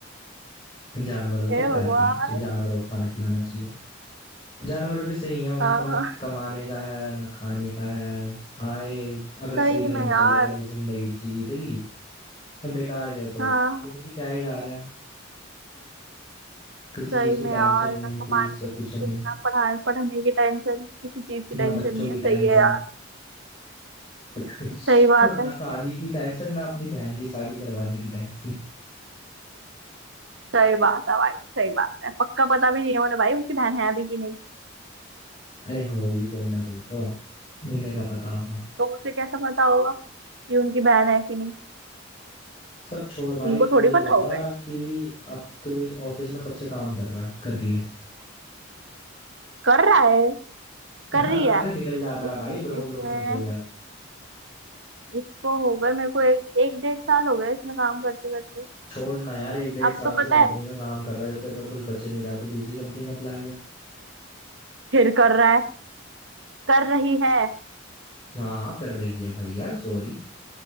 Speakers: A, on the left; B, on the right.
A: जानवरों से
B: हे
A: तो प्यार
B: भगवान
A: करना चाहिए जानवरों को खाना खिलाना चाहिए जानवर भी सही है उनको
B: हाँ
A: ना
B: हाँ
A: कमाने का है ना खाने का है आए अगर सही
B: सही
A: घर
B: में
A: में चले
B: यार
A: गए तो जिंदगी जीत ली या बेकार गए तो
B: हाँ
A: फिर भी क्या ही जा रहा है किसी
B: सही
A: चीज की
B: में
A: टेंशन
B: यार
A: नहीं
B: ना कमाने
A: किसी चीज का
B: की
A: कुछ
B: टेंशन
A: नहीं
B: ना पढ़ाने पढ़ने की टेंशन किसी चीज की टेंशन
A: ना बच्चों
B: नहीं
A: की
B: है सही
A: टेंशन
B: है यार
A: <laughs>
B: सही बात
A: और ना
B: है
A: शादी की टेंशन ना अपनी बहन की शादी करवाने की टेंशन
B: सही बात है भाई सही बात है पक्का पता भी नहीं है उन्हें भाई उनकी बहन है अभी कि नहीं
A: अरे होगी कोई ना कोई तो उन्हें का पता होगा
B: तो उसे कैसा पता होगा कि उनकी बहन है कि नहीं
A: सब छोड़ भाई
B: उनको
A: तू
B: थोड़ी
A: ये
B: पता
A: बता
B: होगा
A: कि अब तू इस ऑफिस में कब से काम कर रहा है कर रही है
B: कर रहा है
A: <laughs>
B: कर
A: हाँ
B: रही है
A: अरे निकल जाता
B: इस
A: है भाई ब्रो
B: इसमें
A: ब्रो में निकल जाता
B: इसको हो गए मेरे को एक एक डेढ़ साल हो गया इसमें काम करते करते
A: छोड़ ना यार एक डेढ़
B: अब
A: साल
B: तो
A: से
B: पता
A: कंपनी
B: है
A: में काम कर रहा है जब तेरे पे कुछ बच नहीं रहा तो दूसरी कंपनी में अप्लाई कर
B: फिर कर रहा है कर रही है
A: हाँ हाँ कर रही है भैया सॉरी